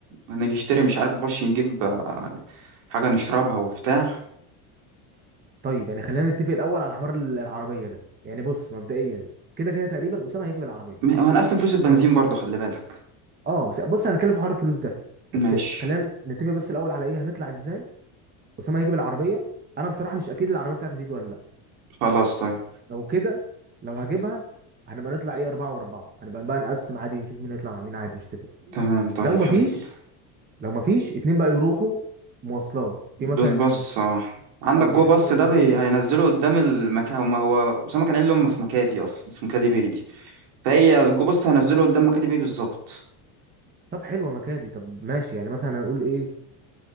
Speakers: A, on the right (about 65°); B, on the right (about 20°).
A: انا اجي اشتري مش عارف نخش نجيب آه، حاجة نشربها وبتاع
B: طيب يعني خلينا نتفق الاول على حوار العربيه ده يعني بص مبدئيا كده كده تقريبا اسامه هيجي بالعربيه
A: ما- هو انا اصلا فلوس البنزين
B: برافو.
A: برضه خلي بالك
B: اه س- بص هنتكلم في حوار الفلوس ده بس
A: ماشي
B: خلينا نتفق بس الاول على ايه هنطلع ازاي اسامه هيجي بالعربيه انا بصراحه مش اكيد العربيه بتاعتي هتيجي ولا لا
A: خلاص طيب
B: فلو كده لو هجيبها هنبقى نطلع ايه اربعه واربعه هنبقى بقى نقسم عادي نشوف مين هيطلع مع مين عادي مش تفق
A: تمام طيب
B: لو مفيش
A: حلو كده
B: لو مفيش اتنين بقى يروحوا مواصلات
A: بالبص
B: في مثلا
A: اه عندك
B: اه
A: جو
B: يحجزوا
A: باص ده
B: مثلا
A: بي...
B: جو باص
A: هينزله قدام المكان هو هو اسامه كان قال لي هم في مكادي اصلا في مكادي باي دي فهي الجو باص هينزله قدام مكادي باي بالظبط
B: طب حلوه مكادي طب ماشي يعني مثلا هنقول ايه